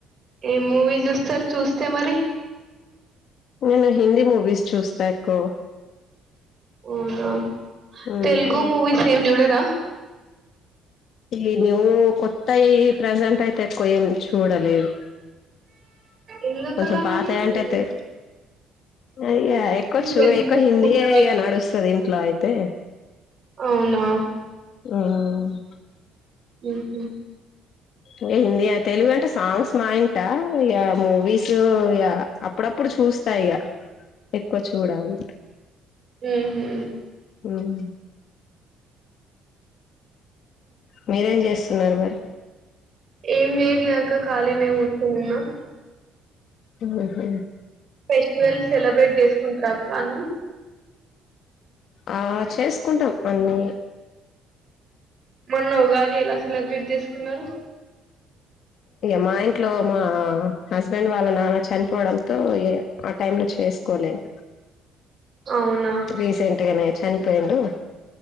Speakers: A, on the right (about 35°); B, on the left (about 55°).
A: ఏ మూవీ చూస్తారు చూస్తే మరి
B: నేను హిందీ మూవీస్ చూస్తా ఎక్కువగా
A: అవునా
B: మ్మ్
A: తెలుగు మూవీస్ ఏం జుడార
B: ఈదో కొత్తయి ప్రెజెంట్ అయితే ఎక్కువ ఏం చూడలేదు
A: ఎందుకలా
B: కొంచెం పాతయంటే
A: మరి మీరు
B: తే ఆ ఇగ ఎక్కువ చూ
A: తెలుగు
B: ఎక్కువ
A: మూవీస్
B: హిందీయే
A: చూడరా
B: ఇగ
A: ఎక్కువ?
B: నడుస్తది ఇంట్లో అయితే
A: అవునా
B: ఉమ్
A: ఉమ్ హూ
B: అ <inaudible> ఇగ హిందీ తెలుగు అంటే సాంగ్స్ మా ఇంట ఇగ మూవీస్ ఇగ అప్పుడప్పుడు చూస్ చూస్తా ఇగ ఎక్కువ చూడాలి
A: ఉమ్ హూ
B: ఉమ్ మీరేం జేస్తున్నారు మరి
A: ఏం జేయట్లే అక్క ఖాళీనే కూర్చుని ఉన్నా
B: ఉమ్ హు
A: ఫెస్టివల్స్ సెలబ్రేట్ జేసుకుంటార అక్క అన్నీ
B: ఆ చేసుకుంటాం అన్ని
A: మొన్న ఉగాది ఎలా సెలబ్రేట్ జేసుకున్నారు
B: మా ఇంట్లో మా హస్బెండ్ వాళ్ళ నానా చనిపోవడంతో ఇగ ఆ టైం లో చేసు కోలేదు
A: అవునా
B: రీసెంట్ గనే చనిపోయిండు